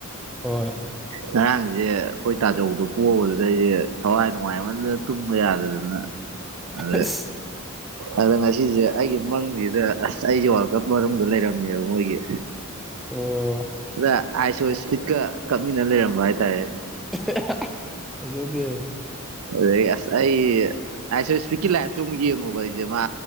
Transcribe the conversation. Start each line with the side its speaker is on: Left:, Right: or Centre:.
Centre: ꯍꯣꯏ
Right: ꯉꯔꯥꯡꯁꯦ ꯑꯩꯈꯣꯏ ꯇꯥꯖꯧꯗꯣ ꯄꯣꯕꯗꯨꯗ ꯑꯩꯁꯦ ꯊꯋꯥꯏ ꯅꯨꯡꯉꯥꯏꯃꯟꯗꯗꯅ ꯇꯨꯝꯕ ꯌꯥꯗꯗꯅ ꯑꯗꯦ
Centre: ꯑꯁ
Right: ꯑꯗꯨ ꯉꯁꯤꯁꯦ ꯑꯩꯒꯤ ꯃꯪꯁꯤꯗ ꯑꯁ ꯑꯩꯁꯦ ꯋꯥꯔꯜ ꯀꯞ ꯃꯅꯨꯡꯗ ꯂꯩꯔꯝꯃꯦꯕ ꯃꯣꯏꯒꯤ
Centre: ꯑꯣ
Right: ꯑꯗ ꯑꯥꯏꯁꯣ ꯏꯁꯄꯤꯠꯀ ꯀꯞꯃꯤꯟꯅ ꯂꯩꯔꯝꯕ ꯍꯥꯏꯇꯥꯔꯦ
Centre: <unintelligible> ꯐꯖꯗꯦ
Right: ꯑꯗꯒꯤ ꯑꯁ ꯑꯩ ꯑꯥꯢ ꯁꯣ ꯁ꯭ꯄꯤꯠꯀꯤ ꯂꯥꯏꯐꯇꯨ ꯑꯃꯨꯛ ꯌꯦꯡꯉꯨꯕ ꯑꯩꯁꯦ ꯃꯥ